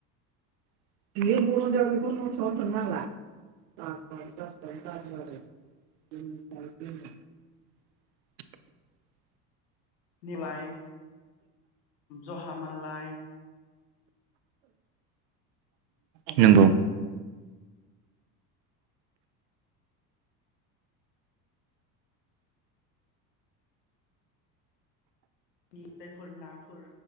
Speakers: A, on the right; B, on the left.
A: <inaudible>
B: नेवलाय जहा मालाय
A: <inaudible> नंगौ
B: जोंनि जायफोर नाफोर